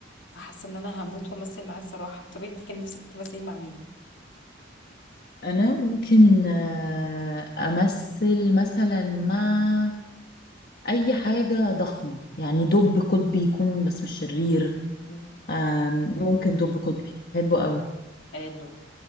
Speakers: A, on the left (about 75°); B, on the left (about 50°).
A: فحاسه ان انا هموت وامثل معاه الصراحه طب انت كان نفسك تمثلي مع مين
B: انا ممكن آه، امثل مثلا مع اي حاجه ضخمه يعني دب قطبي يكون بس مش شرير
A: مم.
B: آم، ممكن دب قطبي بحبه قوي
A: حلو